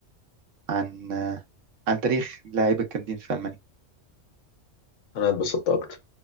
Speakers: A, on the right (about 80°); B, on the left (about 75°).
A: عن عن تاريخ اللاعيبه الجامدين في المانيا
B: أنا اتبسطت أكتر